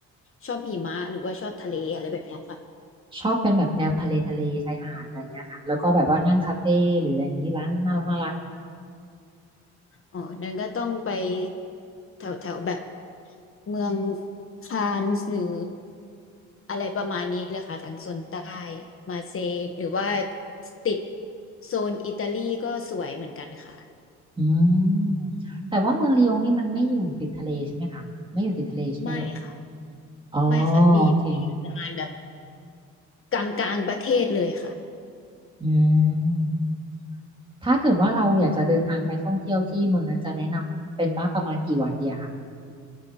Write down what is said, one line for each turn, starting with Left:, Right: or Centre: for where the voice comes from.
Left: ชอบหิมะหรือว่าชอบทะเลอะไรแบบเนี้ยค่ะ
Right: ชอบเป็นแบบแนวทะเลทะเลชายหาดอะไรเงี้ยค่ะแล้วก็แบบว่านั่งคาเฟ่หรืออะไรอย่างนี้ร้านน่ารักน่ารัก
Left: อ๋อนั่นก็ต้องไปแถวแถวแบบเมืองคานส์หรืออะไรประมาณนี้เลยค่ะทางโซนใต้มาเซย์หรือว่าติดโซนอิตาลีก็สวยเหมือนกันค่ะ
Right: อืมแต่ว่าเมืองลียงนี่มันไม่อยู่ติดทะเลใช่ไหมคะไม่อยู่ติดทะเลใช่ไหมเอ่ย
Left: ไม่ค่ะ
Right: อ๋อ
Left: ไม่ค่ะมีที่อยู่ประมาณแบบ
Right: โอเค
Left: กลางกลางประเทศเลยค่ะ
Right: อืม ถ้าเกิดว่าเราอยากจะเดินทางไปท่องเที่ยวที่เมืองนั้นจะแนะนำเป็นว่าประมาณกี่วันเดียค่ะ